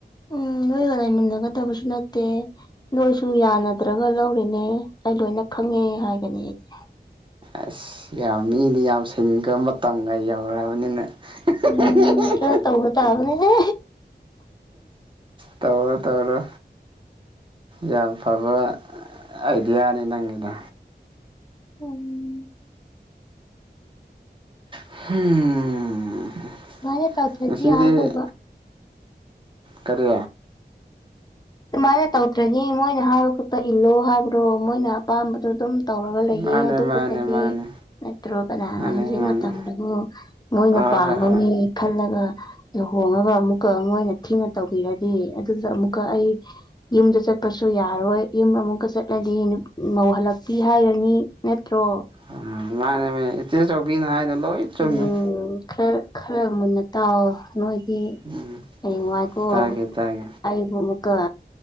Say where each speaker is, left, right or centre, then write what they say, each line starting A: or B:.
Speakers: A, on the left (about 25°); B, on the right (about 30°).
A: ꯎꯝ ꯅꯣꯏꯒ ꯂꯩꯃꯤꯟꯅꯒꯗꯕꯁꯨ ꯅꯠꯇꯦ ꯅꯣꯏꯁꯨ ꯌꯥꯅꯗ꯭ꯔꯒ ꯂꯧꯔꯤꯅꯤ ꯑꯗꯨꯅ ꯈꯪꯉꯦ ꯍꯥꯏꯒꯅꯤ ꯑꯩꯗꯤ
B: ꯑꯁ ꯌꯥꯝ ꯃꯤꯗꯤ ꯌꯥꯝ ꯁꯤꯒꯔꯕ ꯃꯇꯝꯒ ꯌꯧꯂꯛꯑꯕꯅꯤꯅ UNINTELLIGIBLE
A: ꯎꯝ ꯈꯔ ꯇꯧꯕ ꯇꯥꯕꯅꯦꯍꯦ
B: ꯇꯧꯔꯣ ꯇꯧꯔꯣ ꯌꯥꯝ ꯐꯕ ꯑꯥꯏꯗꯤꯌꯥꯅꯤ ꯅꯪꯒꯤꯗꯣ
A: ꯎꯝ
B: <unintelligible>
A: ꯃꯥꯅꯦ ꯇꯧꯗꯔꯗꯤ
B: ꯉꯁꯤꯗꯤ
A: ꯌꯥꯝ ꯂꯣꯕ
B: ꯀꯔꯤ
A: ꯃꯥꯅ ꯇꯧꯗ꯭ꯔꯗꯤ ꯃꯣꯏꯅ ꯍꯥꯏꯕ ꯈꯠꯇ ꯏꯜꯂꯣ ꯍꯥꯏꯕ꯭ꯔꯣ ꯃꯣꯏꯅ ꯑꯄꯥꯝꯕꯗꯣ ꯑꯗꯨꯝ ꯇꯧꯔꯒ ꯂꯩꯌꯦ
B: ꯃꯥꯅꯦ
A: ꯑꯗꯨ
B: ꯃꯥꯅꯦ
A: ꯈꯛꯇꯗꯤ
B: ꯃꯥꯅꯦ
A: ꯅꯠꯇ꯭ꯔꯣ ꯀꯅꯥꯅ
B: ꯃꯥꯅꯦ
A: ꯍꯧꯖꯤꯛ
B: ꯃꯥꯅꯦ
A: ꯃꯇꯝꯗꯕꯨ ꯃꯣꯏꯅ
B: ꯑ
A: ꯄꯥꯝꯕ
B: ꯍꯣꯏ ꯍꯣꯏ
A: ꯃꯤ ꯈꯜꯂꯒ ꯂꯨꯍꯣꯡꯉꯒ ꯑꯃꯨꯛꯀ ꯃꯣꯅꯊꯤꯅ ꯇꯧꯕꯤꯔꯗꯤ ꯑꯗꯨꯗ ꯑꯃꯨꯛꯀ ꯑꯩ ꯌꯨꯝꯗ ꯆꯠꯄꯁꯨ ꯌꯥꯔꯔꯣꯏ ꯌꯨꯝ ꯑꯃꯨꯛꯀ ꯆꯠꯂꯗꯤ ꯃꯧꯍꯜꯂꯛꯄꯤ ꯍꯥꯏꯔꯅꯤ ꯅꯠꯇ꯭ꯔꯣ
B: ꯎꯝ ꯃꯥꯅꯦꯃꯦ ꯏꯆꯦ ꯆꯧꯕꯤꯅ ꯍꯥꯏꯗꯣ ꯂꯣꯏ ꯆꯨꯝꯃꯦ
A: ꯎꯝ ꯈꯔ ꯈꯔ ꯃꯨꯟꯅ ꯇꯥꯎꯑꯣ ꯅꯣꯏ ꯑꯦ
B: ꯎꯝ
A: ꯍꯌꯦꯡ ꯋꯥꯏꯈꯣ
B: ꯇꯥꯒꯦ ꯇꯥꯒꯦ
A: ꯑꯩꯕꯨ ꯑꯃꯨꯛꯀ